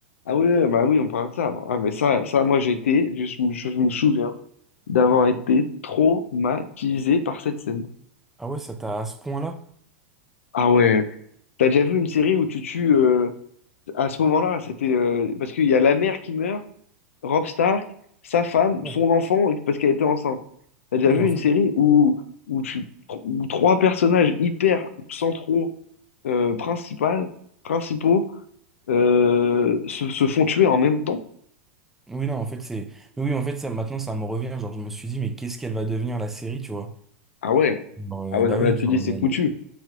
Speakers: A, on the left; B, in the centre.
A: Ah oui, oui, bah oui, on parle de ça. Ah, mais ça, ça, moi, j'ai été, je, je me souviens d'avoir été traumatisé par cette scène.
B: Ah ouais, ça t'a à ce point-là?
A: Ah ouais, t'as déjà vu une série où tu tues euh, à ce moment-là, c'était euh, parce qu'il y a la mère qui meurt Rob Stark, sa femme,
B: Ouais.
A: son enfant, et parce qu'elle était enceinte. T'as déjà
B: Oui
A: vu
B: en
A: une
B: fait,
A: série où, où, tu- où trois personnages hyper centraux, euh, principal- principaux, euh, se, se font tuer en même temps?
B: oui non en fait c'est, oui en fait ça maintenant ça me revient. Genre je me suis dit mais qu'est-ce qu'elle va devenir la série, tu vois?
A: Ah ouais.
B: Genre, euh,
A: Ah ouais,
B: bah
A: non, mais
B: oui,
A: là, tu
B: genre
A: dis, c'est
B: la,
A: foutu.